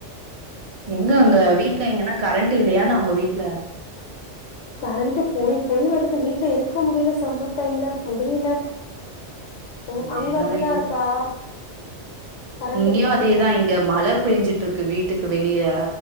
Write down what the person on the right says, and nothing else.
எங்க அங்க வீட்ல எங்கன்னா கரண்ட் இல்லையானா உங்க வீட்ல
அதேதான்
இங்கியு
அதேதா
இங்க மழப் பேன்ஞ்சிட்ருக்கு வீட்டுக்கு வெளிய